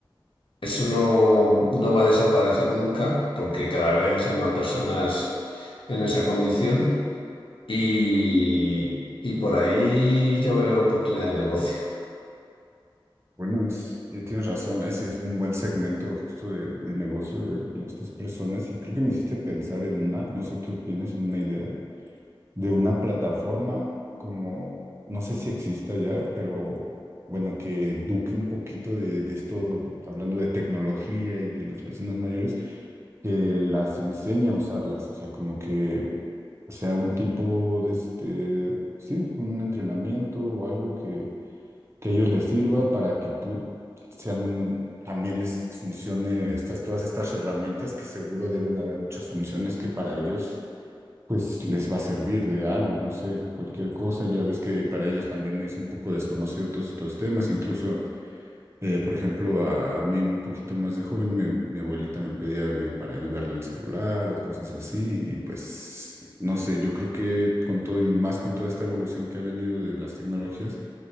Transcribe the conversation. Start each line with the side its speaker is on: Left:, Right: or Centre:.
Left: eso no, no va a desaparecer nunca, porque cada vez hay más personas en esa condición y, y por ahí yo veo oportunidad de negocio.
Right: Bueno, es, sí tienes razón, es, sí es un buen segmento justo de, de negocio de estas personas y creo que me hiciste pensar en una, no sé qué opinas, en una idea de una plataforma como, no sé si exista ya, pero bueno, que eduque un poquito de, de esto, hablando de tecnología y de las personas mayores, que las enseñe a usarlas, o sea, como que sea un tipo de este, sí, un entrenamiento o algo que que a ellos les sirva para que pu- sean, también les funcione estas, todas estas herramientas, que seguro deben haber muchas funciones que para ellos, pues les va a servir de algo, no sé, cualquier cosa. Ya ves que para ellos también es un poco desconocido todos estos temas, incluso eh, por ejemplo, a, a mí un poquito más de joven, me- mi abuelita me pedía de- para ayudarle al celular o cosas así, y pues, no sé, yo creo que con todo y más con toda esta evolución que ha venido de las tecnologías,